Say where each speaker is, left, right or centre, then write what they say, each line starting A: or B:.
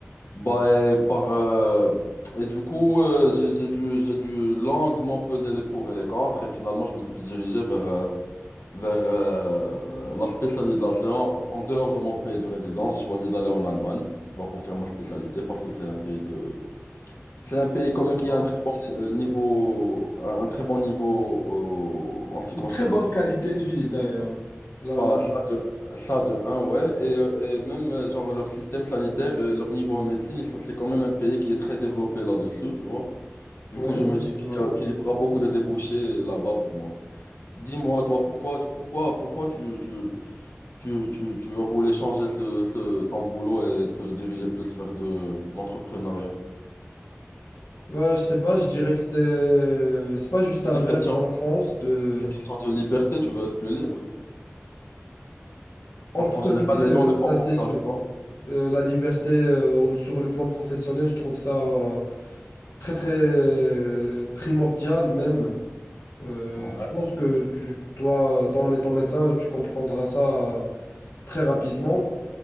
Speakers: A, on the left (about 60°); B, on the left (about 85°).
A: Bah, et par, euh, et du coup, euh, j'ai j'ai dû, j'ai dû longuement peser les pour et les contre et finalement, je me suis dirigé vers... euh, vers euh, la spécialisation. En dehors de mon pays de résidence, j'ai choisi d'aller en Allemagne bah, pour faire ma spécialité parce que c'est un pays de... C'est un pays quand même
B: sympa.
A: qui a un très bon euh, niveau, un un très bon niveau euh, en ce qui
B: Une
A: concerne
B: très bonne qualité de vie, d'ailleurs, l'Allemagne.
A: bah, ça de, ça de un ouais. Et, euh, et même euh, genre leur système sanitaire, et leur niveau en médecine, ils sont- c'est quand même un pays qui est très développé là-dessus, tu vois. Du
B: Ouais,
A: coup, je
B: ouais,
A: me dis
B: c'est
A: qu'il
B: vrai.
A: y a- qu'il y aura beaucoup de débouchés là-bas pour moi. Dis-moi, toi, pourquoi, pourquoi, pourquoi tu, tu, Tu, tu, tu as voulu changer ce, ce- ton boulot et te diriger plus vers de l'entrepreneuriat.
B: Bah, je sais pas, je dirais que c'était... euh, C'est pas juste
A: C'est
B: un
A: une
B: rêve
A: question,
B: d'enfance, de...
A: c'est une question de liberté, tu veux être plus libre.
B: En
A: Parce
B: premier
A: qu'en général, les
B: lieu,
A: gens le font
B: ça
A: pour
B: c'est
A: ça,
B: sûr.
A: tu vois.
B: Euh, la liberté euh, sur le plan professionnel, je trouve ça euh, très très euh, primordial même. Euh,
A: Ouais.
B: je pense que tu, toi, toi, en étant médecin, tu comprendras ça euh, très rapidement.